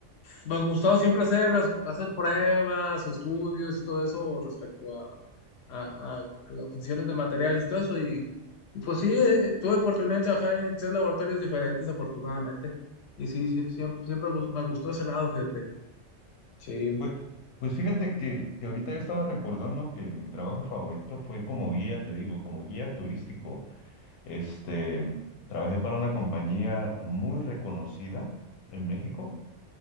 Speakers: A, on the left; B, on the left.
A: me ha gustado siempre hacer, las- hacer pruebas, o estudios y todo eso respecto a, a- a las condiciones de materiales y todo eso, y, y pues sí, eh, eh, tuve oportunidad de trabajar en tres laboratorios diferentes, afortunadamente, y sí, sí, siempre, siempre gus- me gustó ese lado, fíjate. Sí,
B: Pues, pues fíjate que, que ahorita yo estaba recordando que mi trabajo favorito fue como guía, te digo, como guía turístico. Este, trabajé para una compañía muy reconocida en México